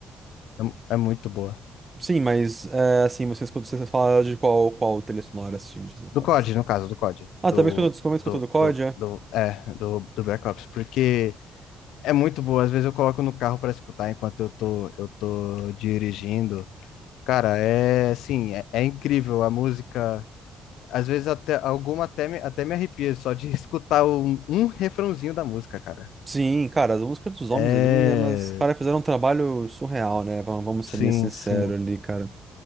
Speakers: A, on the left; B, on the right.
A: É, mu- é muito boa.
B: Sim, mas é, assim, você escuta, você fala de qual, qual trilha sonora assistindo, você fala
A: Do COD,
B: assim.
A: no caso, do COD.
B: Ah,
A: Do,
B: também escuta, desculpa, escuta
A: do,
B: do COD,
A: do,
B: é?
A: do, é, do, do Black Ops, porque é muito boa. Às vezes eu coloco no carro para escutar enquanto eu tô, eu tô dirigindo. Cara, é assim, é, é incrível a música. Às vezes até alguma até me, até me arrepia só de <laughs> escutar um, um refrãozinho da música, cara.
B: Sim, cara, as músicas dos homens
A: É.
B: ali, elas, cara, fizeram um trabalho surreal, né? Vamos vamos
A: Sim,
B: ser bem sinceros
A: sim.
B: ali, cara.